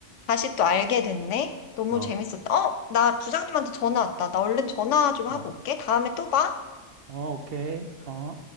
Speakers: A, on the left (about 70°); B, on the right (about 60°).
A: 다시 또 알게 됐네. 너무
B: 어,
A: 재밌었다. 어, 나 부장님한테 전화 왔다. 나 얼른 전화 좀
B: 어,
A: 하고 올게. 다음에 또 봐.
B: 어, 오케이. 어.